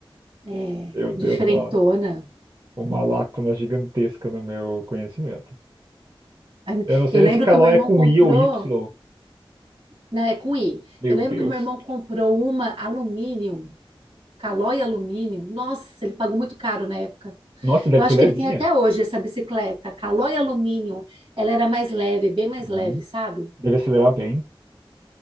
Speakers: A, on the right; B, on the right.
A: é,
B: Meu Deus,
A: diferentona.
B: uma, uma lacuna gigantesca no meu conhecimento.
A: Ah,
B: Eu não sei
A: Eu
B: nem
A: lembro
B: se Calói
A: que o meu irmão
B: é com
A: comprou,
B: I ou Y.
A: né, é com I.
B: Meu
A: Eu lembro
B: Deus.
A: que o meu irmão comprou uma alumínio, Calói alumínio. Nossa, ele pagou muito caro na época.
B: Nossa, deve
A: Eu acho
B: ser levinha.
A: que ele tem até hoje essa bicicleta, Calói alumínio. Ela era mais leve, bem mais
B: Uhum.
A: leve, sabe?
B: Deve acelerar bem.